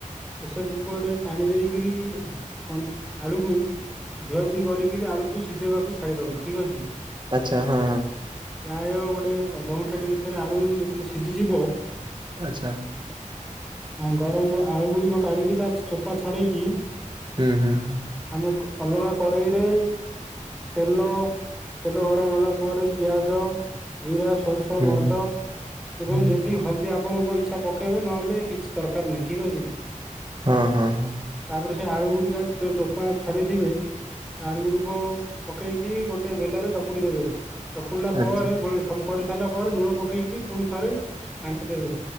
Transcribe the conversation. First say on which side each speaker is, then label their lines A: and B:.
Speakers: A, in the centre; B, on the right.
A: ପେସର୍ କୁକର୍ ରେ ପାଣି ଦେଇକରି ଆଁ କନ୍ତ ଆଳୁକୁ ଧୁଆଧୁଇ କରିକିନି ଆଳୁକୁ ସିଜେଇବାକୁ ଛାଡ଼ିଦବ ଠିକ୍ ଅଛି।
B: ଆଚ୍ଛା ହଁ।
A: ପ୍ରାୟ ଗୋଟେ ଅଧଘଣ୍ଟାଟି ଭିତରେ ଆଳୁ ଯେତଳେ ସିଝିଯିବ
B: ଆଚ୍ଛା।
A: ଆ ଗରମ ଆଳୁ ଗୁଡ଼ିକ କାଢି଼କି ତା ଚ୍ ଚୋପା ଛଡ଼େଇକି
B: ଉଁ ହୁଁ ହୁଁ।
A: ଆମେ କ୍ ଅଲଗା କରେଇରେ ତେଲ ତେଲ ଗରମ ହେଲା ପରେ ପିଆଜ, ଜିରା ଓ
B: ହୁଁ
A: ମରଚ ଏବଂ
B: ହୁଁ
A: ଯଦି ହଲଦିଆ ପଣଙ୍କ ଇଚ୍ଛା ପକାଇବେ ନହେଲେ କିଛି ଦରକାର ନାହିଁ ଠିକ୍ ଅଛି।
B: ହଁ ହଁ ହଁ।
A: ଆପରେ ସେ ଆଳୁ ଗୁଡ଼ିକ ତ ଚୋପା ଛଡ଼େଇଥିବେ ଆଳୁ ଗୁଡ଼ିକ ପକେଇକି ଗୋଟେ ବେଲାରେ ଚକୁଡି଼ ଦେବେ। ଚକୁଡି଼ଲା
B: ଆଚ୍ଛା
A: ପରେ ଗୋଳେଇ ସବୁ କରି ଥାଲା ପରେ ଲୁଣ ପକେଇକି ପୁଣି ଥରେ ଘାଣ୍ଟି ଦେବେ